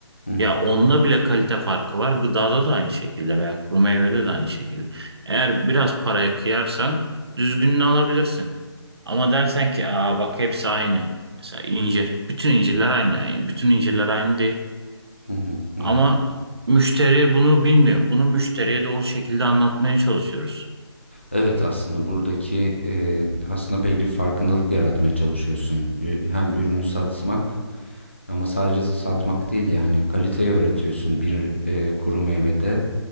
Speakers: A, on the left; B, on the right.
A: Hı hı,
B: Ya onda bile kalite farkı var. Gıdada da aynı şekilde veya kuru meyvede de aynı şekilde. Eğer biraz paraya kıyarsan düzgününü alabilirsin. Ama dersen ki aa bak hepsi aynı. Mesela incir. Bütün incirler aynı. yani Bütün incirler aynı değil.
A: hı hı, hı
B: Ama
A: hı.
B: müşteri bunu bilmiyor. Bunu müşteriye doğru şekilde anlatmaya çalışıyoruz.
A: Evet aslında buradaki e, aslında belli bir farkındalık yaratmaya çalışıyorsun. Ü- Hem ürünü satmak ama sadece satmak değil yani kaliteyi öğretiyorsun. Bir e, kuru meyvede